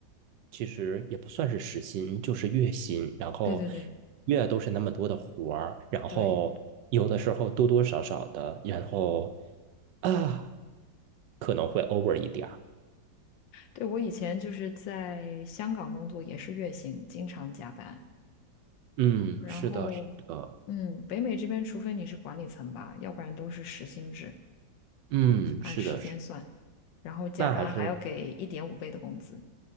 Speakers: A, on the right; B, on the left.
A: 其实也不算是时薪，就是月薪，然后
B: 对对对
A: 月都是那么多的活儿，然后有的时候多多少少的，
B: 对
A: 然后啊，可能会 over 一点儿。
B: 对，我以前就是在香港工作，也是月薪，经常加班。
A: 嗯，
B: 然后，
A: 是的，是的。
B: 嗯，北美这边，除非你是管理层吧，要不然都是时薪制。
A: 嗯，
B: 按时间算，
A: 是的，是，
B: 然后加班还要给一点五倍的工资。
A: 那还是